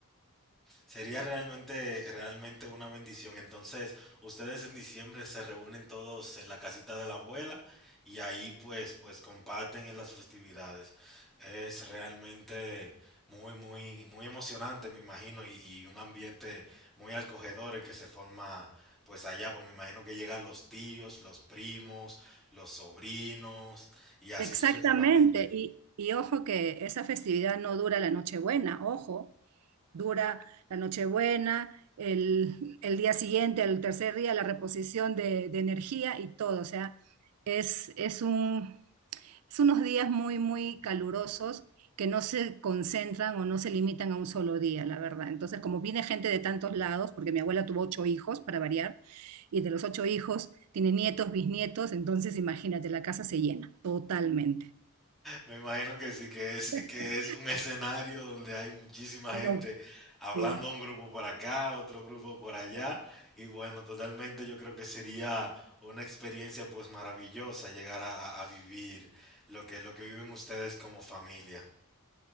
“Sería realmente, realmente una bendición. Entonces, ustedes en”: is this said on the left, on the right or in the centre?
Centre